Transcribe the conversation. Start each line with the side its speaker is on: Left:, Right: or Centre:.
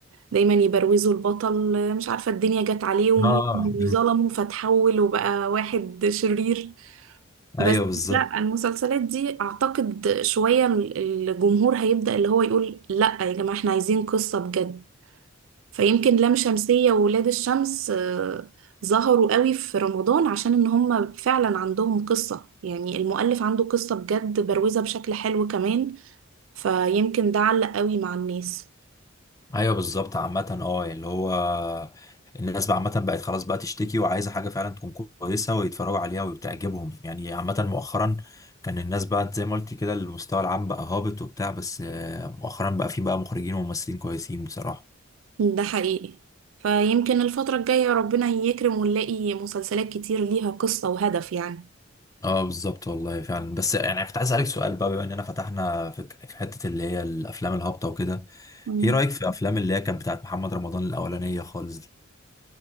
Right: دايما يبروزوا البطل مش عارفة الدنيا جت عليه ومين
Left: اه
Right: اللي ظلمه فتحول وبقى واحد شرير بس
Left: ايوه بالظبط
Right: لا المسلسلات دي اعتقد شوية الجمهور هيبدأ اللي هو يقول لا يا جماعة احنا عايزين قصة بجد فيمكن لام شمسية وولاد الشمس آه، ظهروا قوي في رمضان عشان ان هم فعلا عندهم قصة يعني المؤلف عنده قصة بجد بروزة بشكل حلو كمان فيمكن ده علق قوي مع الناس
Left: ايوه بالظبط عامة اه يعني اللي هو الناس بقى عامة بقت خلاص بقى تشتكي وعايزة حاجة فعلا تكون كويسة ويتفرجوا عليها وبتعجبهم يعني عامة مؤخرا كان الناس بقى زي ما قلت كده المستوى العام بقى هابط وبتاع بس آه، مؤخرا بقى في بقى مخرجين وممثلين كويسين بصراحة
Right: ده حقيقي فيمكن الفترة الجاية ربنا يكرم ونلاقي مسلسلات كتير ليها قصة وهدف يعني
Left: اه بالظبط والله فعلا بس يعني كنت عايز اسألك سؤال بقى بما اننا فتحنا في في حتة اللي هي الافلام الهابطة وكده
Right: مم.
Left: ايه رأيك في افلام اللي هي كانت بتاعت محمد رمضان الاولانية خالص دي